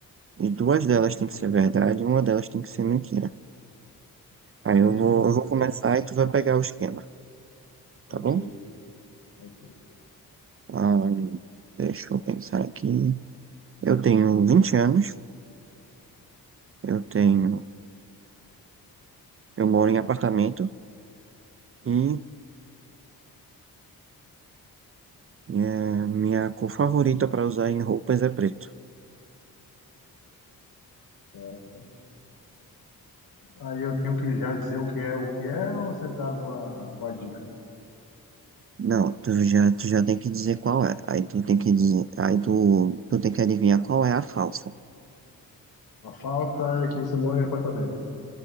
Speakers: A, on the right; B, on the left.
A: e duas delas tem
B: Uhum.
A: que ser verdade e uma delas tem que ser mentira. Aí
B: Hum,
A: eu vou, eu vou começar e tu vai pegar o esquema,
B: ok,
A: tá bom?
B: ok.
A: Ah, deixa eu pensar aqui. Eu tenho 20 anos, eu tenho Eu moro em apartamento e é, minha cor favorita para usar em roupas é preto.
B: Certo. Aí eu tenho que já dizer o que é, o que é, ou você dá alguma, alguma dica?
A: Não, tu já, tu já tem que dizer qual é. Aí tu tem que dizer, aí tu, tu tem que adivinhar qual é a falsa.
B: A falta é que você mora em apartamento.